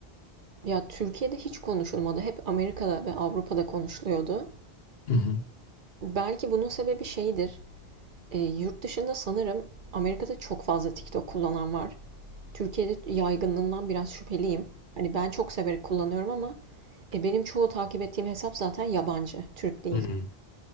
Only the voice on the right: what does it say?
Ya Türkiye'de hiç konuşulmadı. Hep Amerika'da ve Avrupa'da konuşuluyordu.
Belki bunun sebebi şeydir. Eee, yurt dışında sanırım Amerika'da çok fazla TikTok kullanan var. Türkiye'de yaygınlığından biraz şüpheliyim. Hani ben çok severek kullanıyorum ama e, benim çoğu takip ettiğim hesap zaten yabancı, Türk değil.